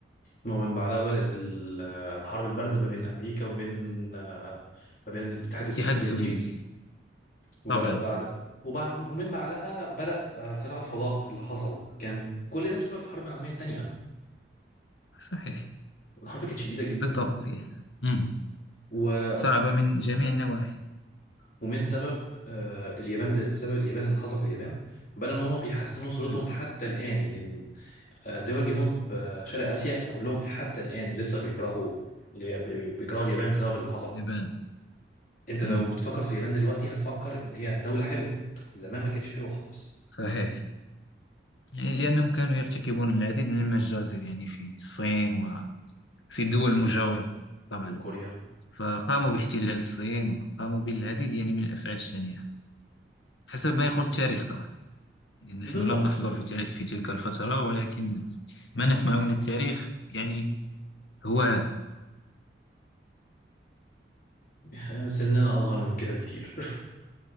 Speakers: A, on the left; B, on the left.
A: المهم من بعدها بدأت ال- الحرب الباردة ما بين أمريكا وبين آه، ما بين الاتحاد السوفيتي
B: الاتحاد السوفيتي
A: وبدأ
B: طبعا
A: بعد وبعد ومن بعدها بدأ آه، صراع الفضاء اللي حصل كان كل ده بسبب الحرب العالمية التانية
B: صحيح
A: الحرب كانت شديدة جدا
B: بالضبط يعني. مم.
A: و...
B: صعبة من جميع النواحي
A: ومن سبب آه، اليابان ده بسبب اليابان اللي حصل في اليابان بدأوا إن هم بيحسنوا صورتهم
B: مم.
A: حتى الآن لأن آه، دول جنوب آه، شرق آسيا كلهم حتى الآن لسه بيكرهوا بي- بي- بيكرهوا اليابان بسبب اللي حصل
B: اليابان
A: أنت لو
B: مم.
A: تفكر في اليابان دلوقتي هتفكر إن هي دولة حلوة زمان ما كانتش حلوة خالص
B: صحيح يعني لأنهم كانوا يرتكبون العديد من المجازر يعني في الصين وفي الدول المجاورة طبعا
A: وكوريا
B: فقاموا باحتلال الصين وقاموا بالعديد يعني من الأفعال الشنيعة حسب ما يقول التاريخ طبعا يعني نحن
A: بالظبط
B: لم نحضر في تل- في تلك الفترة ولكن ما نسمعه من التاريخ يعني هو هذا
A: آه، سننا أصغر من كده بكتير <laughs>